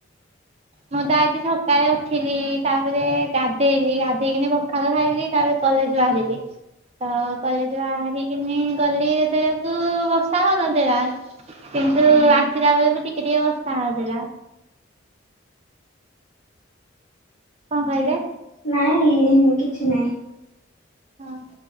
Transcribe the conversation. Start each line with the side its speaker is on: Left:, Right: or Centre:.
Right: ମୁଁ ତ ଆଜି ସକାଳେ ଉଠିଲି ତାପରେ ଗାଧେଇଲି, ଗାଧେଇକିନି ପଖାଳ ଖାଇଲି ତାପରେ କଲେଜ୍ ବାହାରିଲି। ତ କଲେଜରୁ ବାହାରିକିନି ଗଲି ଯେତେବେଳକୁ ବର୍ଷା ହଉନଥେଲା। କିନ୍ତୁ ଆସିଲା ବେଳକୁ ଟିକେ-ଟିକେ ବର୍ଷା ହଉଥିଲା। କଣ
Left: ହୁଁ
Right: କହିଲେ
Left: ନା ନାଇଁ କିଛି ନାଇଁ।
Right: ହଁ